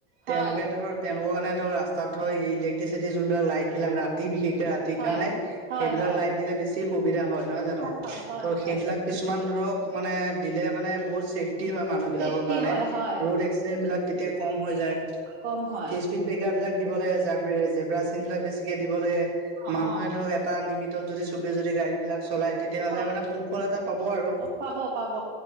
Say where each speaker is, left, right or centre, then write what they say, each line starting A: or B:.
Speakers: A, on the right; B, on the right.
A: হয়,
B: তেওঁলোকে ধৰক তেওঁলোকৰ কাৰণে ধৰক ৰাস্তা ধৰ ইলেক্ট্ৰিচিটিৰ যোনবিলাক লাইট বিলাক ৰাতি বিশেষকে ৰাতি সেইকাৰণে
A: হয়, হয়,
B: সেইবিলাক
A: হয়,
B: লাইট দিলে বেছি সুবিধা হয়। নহয় জানো?
A: হয়, হয়,
B: ত'
A: হয়,
B: সেইবিলাক কিছুমান ধৰক মানে দিলে মানে বহুত ছেফটি হয়, মানুহ বিলাকৰ
A: চেফটি
B: কাৰণে,
A: হয়, হয়,
B: ৰড এক্সিডেণ্ট বিলাক তেতিয়া কম হৈ যায়,
A: কম হয়।
B: স্পীড ব্ৰেকাৰ বিলাক দিব লাগে। জ জেবৰা চিন বিলাক বেছিকে দিব লাগে।
A: অ', অ',
B: মানুহে ধৰক এটা লিমিটত যদি সবে যদি গাড়ী বিলাক চলাই তেতিয়া হ'লে
A: হয়,
B: মানে সুফল এটা পাব আৰু।
A: অ পাব পাব